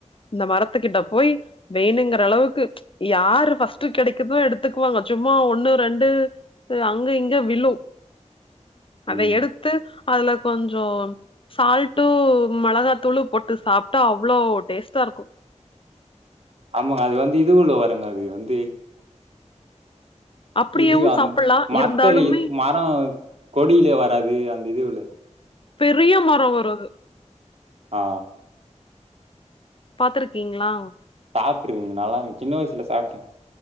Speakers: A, on the left; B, on the right.
A: இந்த மரத்துக்கிட்ட போய் வேணுங்கற அளவுக்கு யாரு ஃபர்ஸ்ட் கெடைக்கிதோ எடுத்துக்குவாங்க சும்மா சும்மா ஒண்ணு ரெண்டு அங்க இங்க விழு அத
B: ம்
A: எடுத்து அதுல கொஞ்சோ சால்ட்டு மெளகாத்தூள் போட்டு சாப்ட்டா அவ்ளோ டேஸ்ட் த இருக்கோ
B: ஆமாங்க அது வந்து இதுவுல வருங்க அது வந்து
A: அப்டியேவு
B: இது அந்த
A: சாப்பல்லா
B: மரத்தல
A: இருந்தாலுமே
B: இ மரோ கொடியில வராது அந்த இதுவுல்ல
A: பெரிய மரோ வரு அது
B: ஆ
A: பாத்துருக்கீங்ளா
B: சாப்ட்டுருக்கங்க நல்லாருக்கு சின்ன வயசுல சாப்ட்டே